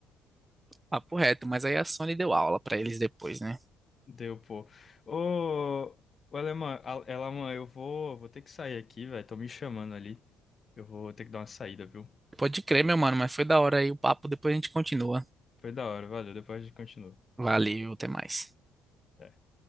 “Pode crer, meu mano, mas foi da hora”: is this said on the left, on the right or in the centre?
Right